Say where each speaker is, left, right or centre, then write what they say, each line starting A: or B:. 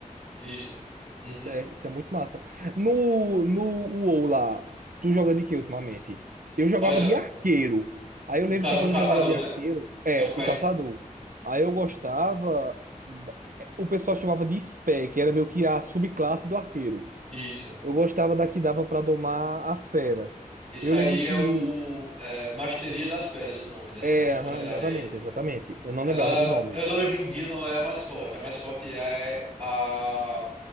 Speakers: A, on the right; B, on the right.
A: Isso. Uhum.
B: É, isso é muito massa. No, no WoW lá, tu joga de quê ultimamente? Eu jogava
A: Olha,
B: de arqueiro. Aí eu lembro
A: no caso,
B: que quando
A: um caçador,
B: eu jogava de
A: né?
B: arqueiro, é,
A: Tem um pet.
B: o caçador. Aí eu gostava. da- é, O pessoal chamava de spec que era meio que a subclasse do arqueiro.
A: Isso.
B: Eu gostava da que dava pra domar as feras.
A: Isso
B: Eu
A: aí
B: lembro que.
A: é o é, Masteria das Feras, o nome dessa
B: É,
A: especialidade
B: aham, exatamente,
A: aí.
B: exatamente. Eu não
A: Ela,
B: lembrava do nome.
A: ela hoje em dia não é a mais forte. A mais forte é a,